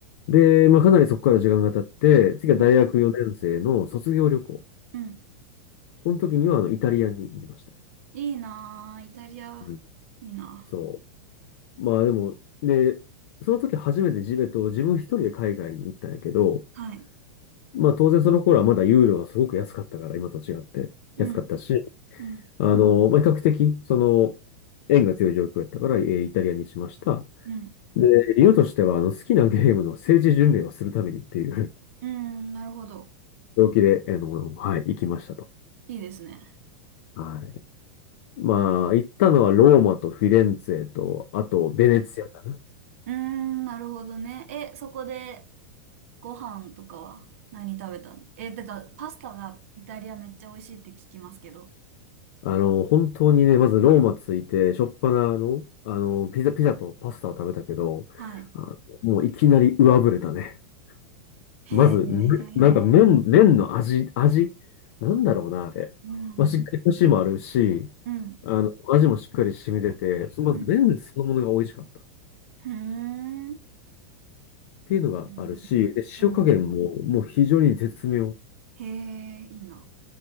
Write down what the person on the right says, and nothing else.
うん、うん。
いいなぁ、イタリア、
いいな
ぁ。はい。
うん、
うん、
うん、
うん、なるほど。
いいですね。
うーん、なるほどね。え、そこでご飯とかは何食べたのえ、だからパスタがイタリアめっちゃ美味しいって聞きますけど。
はい。
へえ。
うん。
うん。
うん。ふーん。
うん。
うん
へえ、いいな。